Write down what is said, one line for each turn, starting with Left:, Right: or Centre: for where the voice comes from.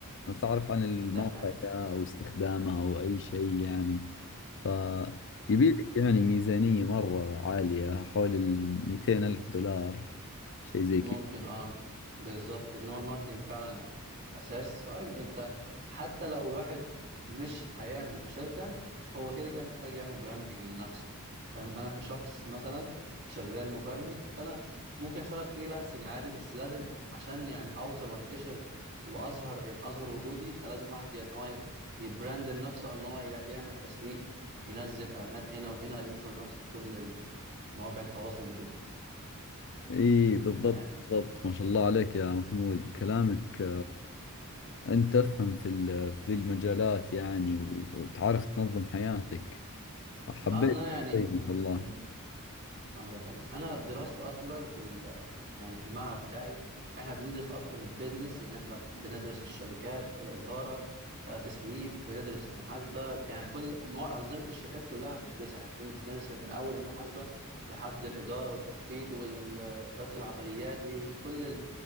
Left: ما بتعرف عن الموقع
Right: ده حقيقي
Left: ده او استخدامه او اي شيء يعني ف يبيلك يعني ميزانية مرة عالية حول ال 200 ألف دولار شيء زي
Right: ممكن
Left: كذا
Right: اه بالظبط ان هو الماركتنج فعلا يعني اساس سواء انت حتى لو الواحد مش هيعمل شركه هو كده كده محتاج يعمل براندنج لنفسه فاهم انا كشخص مثلا شغال مبرمج فانا ممكن اشتغل فريلانسنج عادي بس لازم عشان يعني اوصل وانتشر واظهر يعني اظهر وجودي فلازم واحد يعني ان هو يبراند نفسه او ان هو ي- يعمل تسويق ينزل اعلانات هنا وهنا ينشر نفسه في كل مواقع التواصل وكده
Left: اي بالضبط
Right: فاهم
Left: بالضبط ما شاء الله عليك يا محمود كلامك أنت تفهم في ال- في ذي المجالات يعني و- وتعرف تنظم حياتك حبيت
Right: اه ان انا يعني
Left: الشيء
Right: د-
Left: ما شاء الله
Right: م- الله يخليك انا دراستي اصلا في ال... يعني في المعهد بتاعي احنا بندرس اصلا البيزنس يعني احنا بندرس الشركات الاداره آه، تسويق بندرس محاسبه يعني كل مو... انظمه الشركات كلها بندرسها يعني بن- بندرس من اول المحاسبه لحد الاداره والتخطيط واداره العمليات وكل ال...